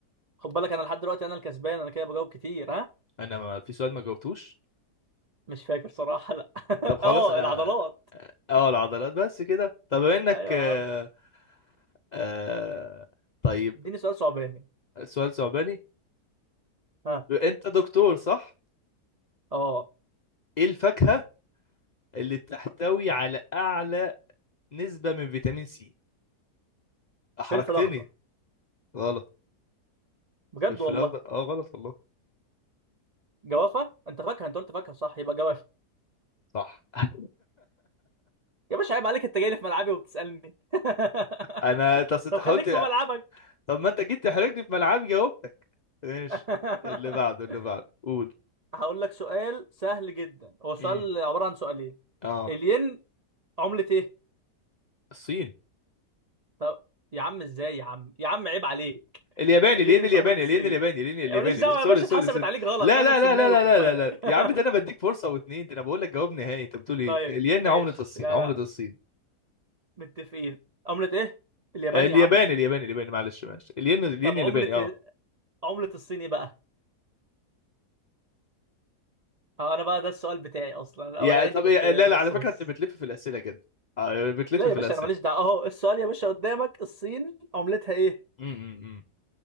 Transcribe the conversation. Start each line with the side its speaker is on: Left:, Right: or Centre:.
Right: خد بالك انا لحد دلوقتي انا الكسبان انا كده بجاوب كتير ها
Left: انا ما في سؤال ما جاوبتوش
Right: مش فاكر صراحه لا <laughs>
Left: طب خلاص
Right: اه
Left: اه
Right: العضلات
Left: آه، آه، العضلات بس كده طب بما انك
Right: ايوه
Left: آه
Right: يا عم
Left: آه طيب
Right: اديني سؤال صعباني
Left: آه، سؤال صعباني
Right: ها
Left: انت دكتور صح
Right: اه
Left: ايه الفاكهة اللي بتحتوي على اعلى نسبة من فيتامين سي احرجتني
Right: فلفل اخضر
Left: غلط
Right: بجد
Left: فلفل
Right: والله
Left: اخضر اه غلط والله
Right: جوافه انت فاكهه انت قلت فاكهه صح يبقى جوافه
Left: صح <laughs>
Right: يا باشا عيب عليك انت جاي لي في ملعبي وبتسالني <laughs>
Left: انا تص-
Right: طب
Left: حاولت
Right: خليك في ملعبك
Left: طب ما انت جيت تحرجني في ملعبي جاوبتك ماشي
Right: <laughs>
Left: اللي بعده اللي بعده قول
Right: هقول لك سؤال سهل جدا هو سؤال
Left: امم
Right: عبارة عن سؤالين
Left: اه
Right: الين عملة ايه؟
Left: الصين
Right: طب يا عم ازاي يا عم يا عم عيب عليك
Left: الياباني
Right: الين
Left: الين
Right: مش
Left: الياباني
Right: عملة الصين
Left: الين الياباني الين الياباني
Right: ماليش دعوة
Left: الين- سوري
Right: يا باشا
Left: سوري
Right: اتحسبت
Left: سوري
Right: عليك غلط
Left: لا
Right: انا
Left: لا
Right: سماوي
Left: لا لا لا
Right: خد
Left: لا
Right: بالك
Left: لا لا
Right: <laughs>
Left: يا عم ده انا بديك فرصه واتنين ده انا بقول لك جواب نهائي انت بتقول ايه
Right: طيب
Left: الين
Right: ماشي
Left: عمله الصين
Right: لا
Left: عمله
Right: لا
Left: الصين
Right: متفقين عملة ايه؟ اليابان
Left: الياباني
Right: يا عم
Left: الياباني الياباني معلش معلش الين الين
Right: طب
Left: الياباني
Right: عملة
Left: اه
Right: عملة الصيني بقى اه انا بقى ده السؤال بتاعي اصلا الاولاني
Left: يا طب
Right: دي كنت
Left: إيه- لا
Right: نص
Left: لا على فكره
Right: نص
Left: انت بتلف في الاسئله كده آه، بتلف
Right: لا
Left: في
Right: يا باشا
Left: الاسئله
Right: انا ماليش دعوه اهو السؤال يا باشا قدامك الصين عملتها ايه
Left: امم أمم، أمم.